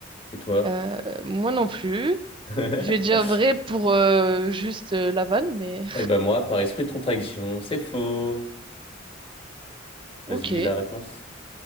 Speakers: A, on the left; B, on the right.
A: Et toi?
B: Euh, moi non plus.
A: <laughs>
B: Je vais dire vrai pour euh, juste euh, la vanne, mais
A: Eh ben moi, par esprit de contradiction, c'est faux.
B: <laughs> ok.
A: Vas-y, lis la réponse.